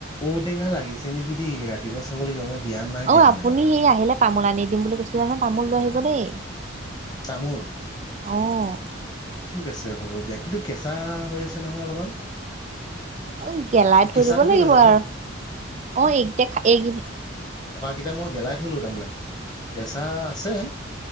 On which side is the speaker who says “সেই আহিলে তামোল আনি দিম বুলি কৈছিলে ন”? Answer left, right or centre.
Right